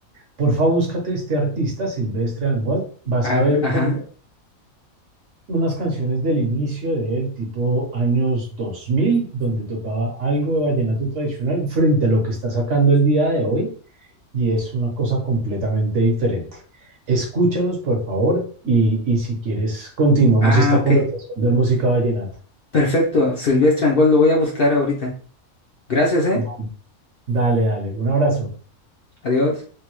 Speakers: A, on the right; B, on the left.
A: porfa, búscate este artista, Silvestre Dangond, Vas
B: A
A: a
B: ver,
A: ver
B: ajá.
A: como unas canciones del inicio de él, tipo años 2000, donde tocaba algo de vallenato tradicional frente a lo que está sacando el día de hoy, y es una cosa completamente diferente. Escúchalos, por favor, y, y si quieres, continuamos
B: Ah,
A: esta
B: ok.
A: conversación de música vallenata.
B: Perfecto, Silvestre Angón, lo voy a buscar ahorita. Gracias, ¿eh?
A: Da- Dale, dale, un abrazo.
B: Adiós.